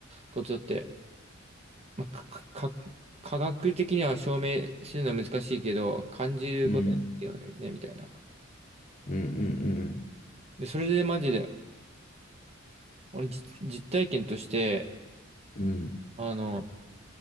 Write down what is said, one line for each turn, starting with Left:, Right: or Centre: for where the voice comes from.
Right: ことって、まあ、か、か、か科学的には証明するのは難しいけど、感じることだよね、
Left: うん
Right: みたいな。
Left: うんうんうん
Right: で、それでマジで、俺、じ実体験として、
Left: うん
Right: あの、